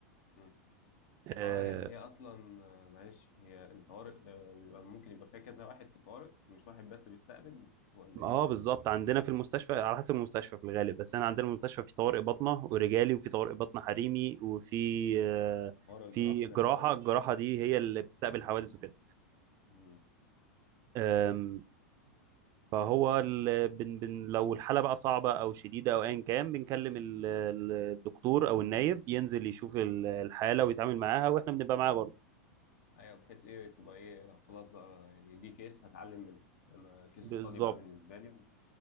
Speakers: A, on the left; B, on the right.
A: مم.
B: اه
A: اه يعني هي اصلا آه، معلش هي الطوارئ آه، بيبقى ممكن يبقى فيها كذا واحد في الطوارئ مش واحد بس بيستقبل ولا ايه
B: آه، بالظبط عندنا في المستشفى على حسب المستشفى في الغالب بس انا
A: اه
B: عندنا المستشفى في طوارئ باطنة ورجالي وفي طوارئ باطنة حريمي وفي آه،
A: طوارئ
B: في
A: جراحة زي
B: جراحة
A: ما انت قلت
B: الجراحة دي
A: اه
B: هي اللي بتستقبل الحوادث وكده
A: مم.
B: أم، فهو ال... بن... بن... لو الحالة بقى صعبة أو شديدة أو أيا كان بنكلم ال... ال- الدكتور أو النايب ينزل يشوف ال- الحالة ويتعامل معاها وإحنا بنبقى معاه برضه
A: ايوه بحيث ايه تبقى ايه خلاص بقى يعني دي كيس هتعلم منها انا كيس
B: بالظبط
A: استادي بقى بالنسبه لي